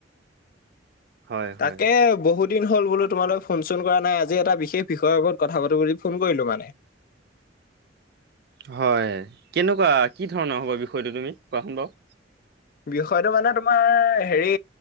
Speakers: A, on the right; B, on the left.
A: হয়
B: তাকে
A: হয়
B: বহুত বহু দিন হ'ল বোলো তোমালৈ ফোন চোন কৰা নাই আজি এটা বিশেষ বিষয়ৰ ওপৰত কথা পাতো বুলি ফোন কৰিলো মানে
A: <unintelligible> হয় কেনেকুৱা কি ধৰণৰ হ'ব বিষয়টো তুমি কোৱাচোন বাও
B: বিষয়টো মানে তোমাৰ হেৰি